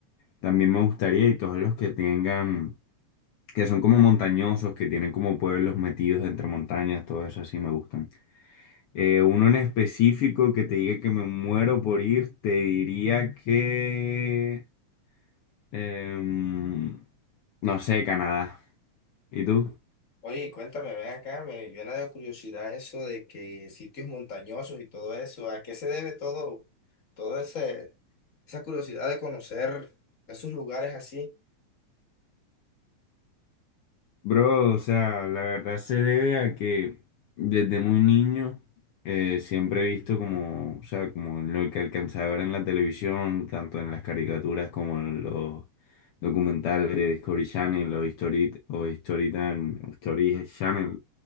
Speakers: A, on the left; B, on the left.
A: También me gustaría y todos los que tengan, que son como montañosos, que tienen como pueblos metidos entre montañas, todo eso así me gustan. Eh, uno en específico que te diga que me muero por ir, te diría que... em, no sé, Canadá. ¿Y tú?
B: Oye, cuéntame, ven acá, me llena de curiosidad eso de que sitios montañosos y todo eso, ¿a qué se debe todo, todo ese, esa curiosidad de conocer esos lugares así?
A: Bro, o sea, la verdad se debe a que desde muy niño eh, siempre he visto como, o sea, como lo que alcanzaba a ver en la televisión, tanto en las caricaturas como en los documentales de Discovery Channel o History, o History, Tan- History Channel. O